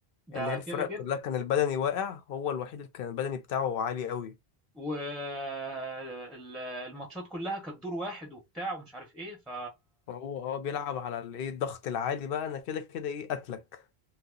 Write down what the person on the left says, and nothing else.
ان هي الفرق
كلها كان البدني واقع هو الوحيد اللي كان البدني بتاعه عالي قوي
هو اه بيلعب على الايه الضغط العالي بقى انا كده كده ايه قتلك